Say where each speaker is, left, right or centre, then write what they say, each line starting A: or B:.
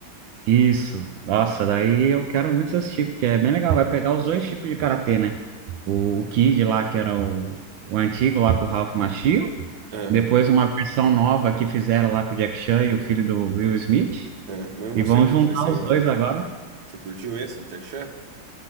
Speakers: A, on the right; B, on the right.
A: isso. Nossa, daí eu quero muito assistir, porque é bem legal. Vai pegar os dois tipos de karatê, né? O, o Kid lá, que era o, o antigo lá com o Ralph Macchio.
B: Ah,
A: Depois uma versão nova que fizeram lá com o Jack Chan e o filho do Will Smith.
B: ah, mas eu não
A: E
B: gostei
A: vão
B: muito
A: juntar
B: desse aí,
A: os
B: não.
A: dois agora.
B: Você curtiu esse do Jack Chan?